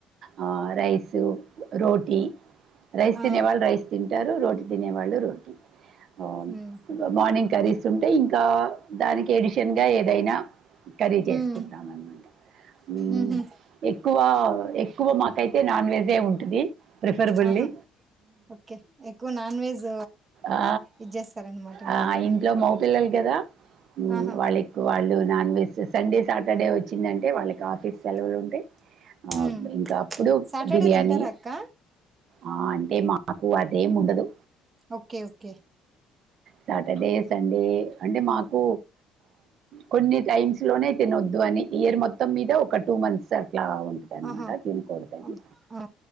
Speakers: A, on the right (about 55°); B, on the right (about 25°).
A: ఆ రైసు రోటీ రైస్ తినే
B: ఆ
A: వాళ్ళు రైస్ తింటారు రోజ్ తినే వాళ్ళు రోటీ ఆ
B: ఉమ్
A: మార్నింగ్ కర్రీస్ ఉంటయి ఇంకా దానికి ఎడిషన్ గా ఏదైనా కర్రీ చేసుకుంటామనమాట
B: ఉమ్
A: హు
B: ఉహు
A: క్కువ ఎగ్ ఎక్కువ మాకైతే నాన్ వెజ్ ఏ ఉంటది ప్రిఫర్బల్లి
B: ఆహా ఓకే ఎక్కువ నాన్ వెజ్
A: ఆ!
B: ఇడ్చేస్తారు అనమాట
A: ఆ!
B: మీరు
A: ఇంట్లో మగ పిల్లలు కదా హు
B: ఆహా
A: వాళ్ళేక్కు వాళ్ళు నాన్ వెజ్ సండే సాటర్డే వచ్చిందంటే వాళ్ళకి ఆఫీస్ సెలవులు ఉంటాయి ఆ
B: ఉమ్
A: ఇంకా అప్పుడు
B: సాటర్డే
A: బిర్యానీ
B: తింటారా అక్క
A: ఆ అంటే మాకు అదేం ఉండదు
B: ఓకే ఓకే
A: సాటర్డే సండే అంటే మాకు కొన్ని టైమ్స్ లోనే తినొద్దు అని ఇయర్ మొత్తం మీద ఒక టూ మంత్స్ సార్ అట్లా ఉంటుందినమాట
B: ఆహా
A: తినకూడదని
B: ఓ- ఆ